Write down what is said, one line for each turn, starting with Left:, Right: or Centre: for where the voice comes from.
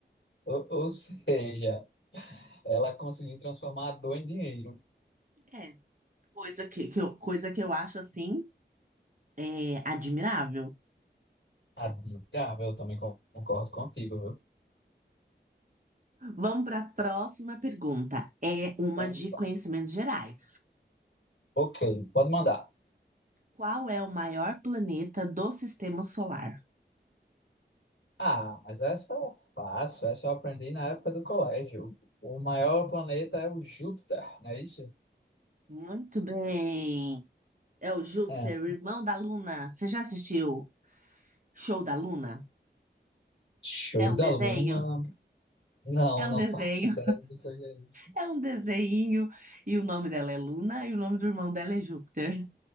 Left: Ou, ou seja, ela conseguiu transformar a dor em dinheiro.
Right: É. Coisa que, que eu, coisa que eu acho assim, é, admirável.
Left: Admirável, eu também con- concordo contigo, viu?
Right: Vamos para a próxima pergunta. É uma
Left: Então,
Right: de conhecimentos gerais.
Left: Ok, pode mandar.
Right: Qual é o maior planeta do sistema solar?
Left: Ah, mas essa é fácil, essa eu aprendi na época do colégio. O maior planeta é o Júpiter, não é isso?
Right: Muito bem. É o Júpiter,
Left: É,
Right: o irmão da Luna. Você já assistiu Show da Luna?
Left: show
Right: É um
Left: da
Right: desenho?
Left: Luna. Não,
Right: É
Left: não
Right: um desenho.
Left: <laughs> faço ideia do que seja isso.
Right: É um desenho, e o nome dela é Luna, e o nome do irmão dela é Júpiter.